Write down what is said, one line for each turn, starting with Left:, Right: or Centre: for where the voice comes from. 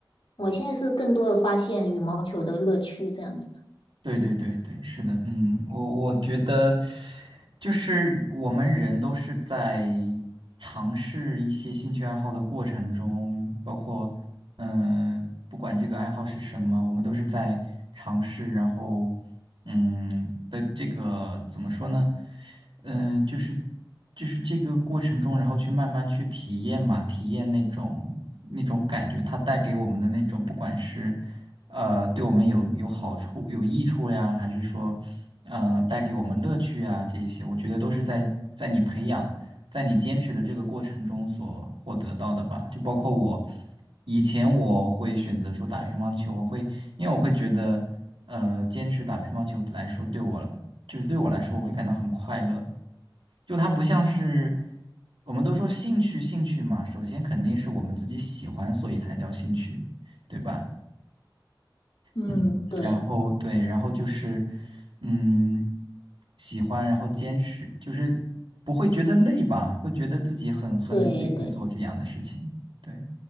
Left: 我现在是更多的发现羽毛球的乐趣这样子。
Right: 对对对对，是的，嗯，我我觉得就是我们人都是在尝试一些兴趣爱好的过程中，包括嗯、呃不管这个爱好是什么，我们都是在尝试，然后嗯的这个怎么说呢？嗯、就是就是这个过程中，然后去慢慢去体验嘛，体验那种那种感觉，它带给我们的那种，不管是。呃，对我们有有好处、有益处呀，还是说，呃，带给我们乐趣啊，这一些，我觉得都是在在你培养、在你坚持的这个过程中所获得到的吧。就包括我以前我会选择说打乒乓球，我会因为我会觉得，呃，坚持打乒乓球来说，对我来就是对我来说，我会感到很快乐。就它不像是我们都说兴趣，兴趣嘛，首先肯定是我们自己喜欢，所以才叫兴趣，对吧？
Left: 嗯，
Right: 嗯，
Left: 对
Right: 然后对，然后就是，嗯，喜欢，然后坚持，就是不会觉得累吧，会觉得自己很很累去做这样的事情。
Left: 对对。
Right: 对，